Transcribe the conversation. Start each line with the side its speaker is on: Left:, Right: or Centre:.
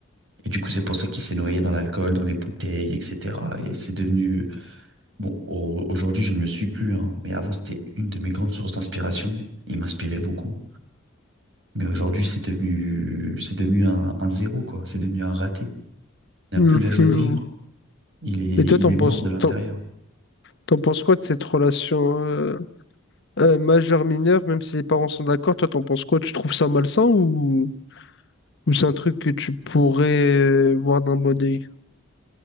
Right: Et du coup, c'est pour ça qu'il s'est noyé dans l'alcool, dans les bouteilles, etc. Et c'est devenu, bon, au- aujourd'hui, je ne le suis plus, hein, mais avant, c'était une de mes grandes sources d'inspiration. Il m'inspirait beaucoup. Mais aujourd'hui, c'est devenu, c'est devenu un, un zéro, quoi. C'est devenu un raté. Il n'a
Left: Mhm.
Right: plus la joie de vivre. Il est,
Left: Et toi,
Right: il
Left: t'en
Right: est
Left: penses,
Right: mort de l'intérieur.
Left: t'en, t'en penses quoi de cette relation? euh, Euh, majeur, mineur, même si les parents sont d'accord, toi, t'en penses quoi? Tu trouves ça malsain ou, ou c'est un truc que tu pourrais euh, voir d'un bon œil?